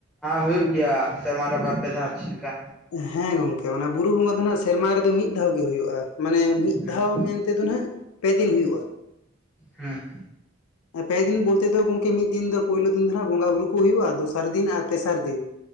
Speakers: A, in the centre; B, on the left.
A: ᱦᱩᱭᱩᱜ ᱜᱮᱭᱟ ᱥᱮᱨᱢᱟᱨ ᱨᱮ ᱵᱟᱨ ᱯᱮ ᱫᱷᱟᱣ ᱪᱮᱫ ᱞᱮᱠᱟ
B: ᱦᱮᱸ ᱜᱚᱝᱠᱮ ᱚᱱᱟ ᱵᱩᱨᱩ ᱵᱚᱸᱜᱟ ᱫᱚ ᱱᱟᱜ ᱥᱮᱨᱢᱟ ᱨᱮᱫᱚ ᱢᱤᱫ ᱫᱷᱟᱣ ᱜᱮ ᱦᱩᱭᱩᱜᱼᱟ ᱢᱟᱱᱮ ᱢᱤᱫ
A: ᱦᱮᱸ
B: ᱫᱷᱟᱣ ᱢᱮᱱᱛᱮᱫᱚ ᱱᱟᱦᱟᱸᱜ ᱯᱮ ᱫᱤᱱ ᱦᱩᱭᱩᱜᱼᱟ
A: ᱦᱩᱸ
B: ᱯᱮ ᱫᱤᱱ ᱵᱚᱞᱛᱮ ᱫᱚ ᱜᱚᱢᱠᱮ ᱢᱤᱫ ᱫᱤᱱ ᱫᱚ ᱯᱳᱭᱞᱳ ᱫᱤᱱ ᱫᱚ ᱦᱟᱜ ᱵᱚᱸᱜᱟ ᱵᱩᱨᱩ ᱠᱚ ᱦᱩᱭᱩᱜᱼᱟ ᱫᱚᱥᱟᱨ ᱫᱤᱱ ᱟᱨ ᱛᱮᱥᱟᱨ ᱫᱤᱱ